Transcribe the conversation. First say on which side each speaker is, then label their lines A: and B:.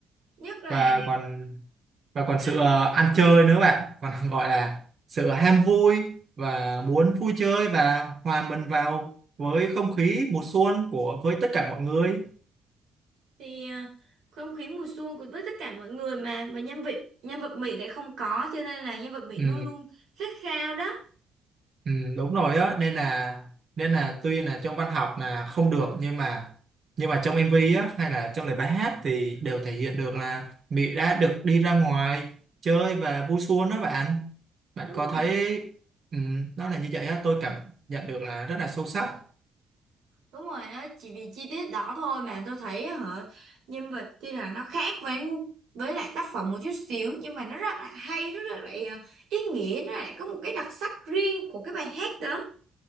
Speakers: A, on the right; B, on the right.
A: nhất là
B: và còn và còn
A: Và
B: sự
A: đó đi
B: ờ, ăn chơi nữa bạn còn <laughs> gọi là sự ham vui và muốn vui chơi và hòa mình vào với không khí mùa xuân của với tất cả mọi người
A: thì ờ, không khí mùa xuân của với tất cả mọi người mà mà nhân vật nhân vật Mỹ đã không có cho nên là nhân vật Mỹ
B: ừ,
A: luôn luôn khát khao đó
B: ừ, đúng rồi á nên là nên là tuy là trong văn học là không được nhưng mà nhưng mà trong MV á hay là trong lời bài hát thì đều thể hiện được là Mỹ đã được đi ra ngoài chơi và vui xuân đó bạn bạn
A: đúng
B: có
A: rồi
B: thấy ừ, nó là như vậy á tôi cảm nhận được là rất là sâu sắc
A: đúng rồi đó chỉ vì chi tiết đó thôi mà tôi thấy hả nhân vật tuy là nó khác với với lại tác phẩm một chút xíu nhưng mà nó rất là hay rất là lại ờ, ý nghĩa nó lại có một cái đặc sắc riêng của cái bài hát đó